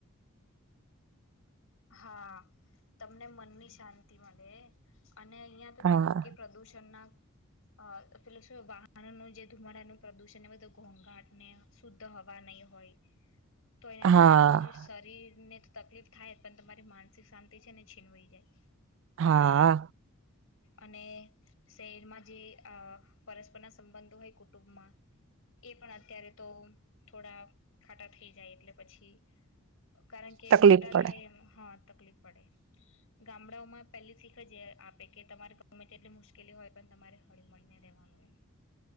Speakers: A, on the left (about 70°); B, on the right (about 60°).
A: હા તમને મનની શાંતિ મળે અને અહિયાં તો
B: હા
A: કેવું કે પ્રદુષણ ના અ પેલે શું વાહનનું જે ધુમાડાનું પ્રદુષણ એ બધું ઘોંઘાટ ને શુદ્ધ હવા નહી હોય. તો એના લીધે
B: હા
A: તમારી શરીર ને તો તકલીફ થાય પણ તમારી માનસિક શાંતિ છે ને છીનવાઈ જાય.
B: હા
A: અને શહેરમાં જે પરસ્પરના સંબંધો હોય કુટુંબમાં એ પણ અત્યારે તો થોડા ખાટા થઈ જાય એટલે પછી- કારણ કે
B: તકલીફ
A: મોટા
B: પડે
A: થાય એમ હ તકલીફ પડે ગામડાઓમાં પેલી શીખ જ આપે કે તમારા ગમાં તેટલી મુશ્કેલી હોય પણ તમારે હળી મળળીને રહેેવાનું એમ